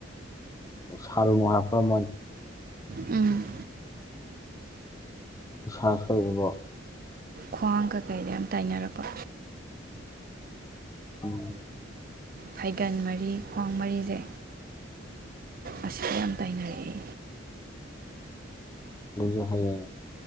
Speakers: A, on the left (about 20°); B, on the right (about 50°).
A: <unintelligible>
B: ꯎꯝ
A: ꯏꯁꯥ ꯁꯣꯏꯏꯕꯣ
B: ꯈ꯭ꯋꯥꯡ ꯀꯩꯀꯩꯗ ꯌꯥꯝ ꯇꯥꯏꯅꯔꯛꯄ
A: ꯎꯝ
B: ꯐꯩꯒꯟ ꯃꯔꯤ ꯈ꯭ꯋꯥꯡ ꯃꯔꯤꯁꯦ ꯑꯁꯤꯁꯨ ꯌꯥꯝ ꯇꯥꯏꯅꯔꯛꯑꯦ
A: ꯑꯗꯨꯁ ꯍꯌꯦꯡ